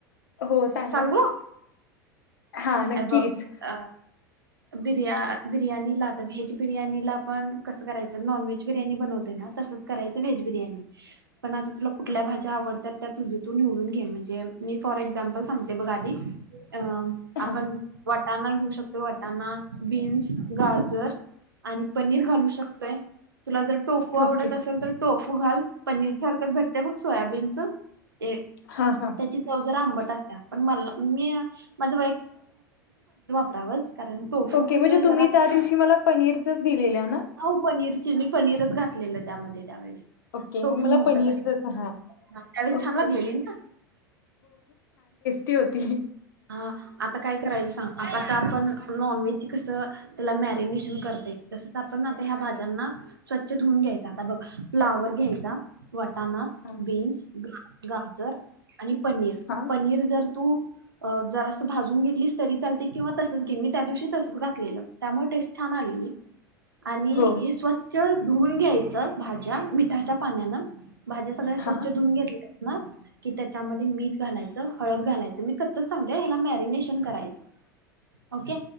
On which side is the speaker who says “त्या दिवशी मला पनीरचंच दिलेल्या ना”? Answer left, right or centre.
Left